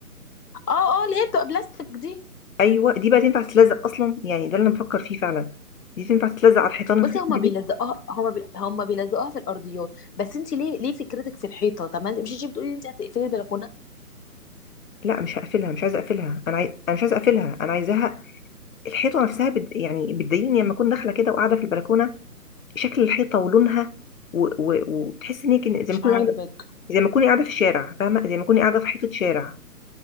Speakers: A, on the left; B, on the left.
A: اه اه اللي هي بتبقى بلاستيك دي
B: ايوه دي بقى تنفع تتلزق اصلا يعني ده اللي انا بفكر فيه فعلا دي تنفع تتلزق على الحيطان الخشنه
A: بصي هما بيلزقوها
B: دي
A: هما بي... هما بيلزقوها في الارضيات بس انت ليه ليه فكرتك في الحيطه طب ما انت مش انت بتقولي انت هتقفلي البلكونه
B: لا مش هقفلها مش عايزه اقفلها انا عايز انا مش عايزه اقفلها انا عايزاها الحيطه نفسها بد... يعني بتضايقني لما اكون داخله كده وقاعده في البلكونه شكل الحيطه ولونها و... و... وتحس ان هي كن-
A: مش
B: زي ما اكون
A: عاجبك
B: قاعده زي ما اكوني قاعده في الشارع فاهمه زي ما اكوني قاعده في حيطه شارع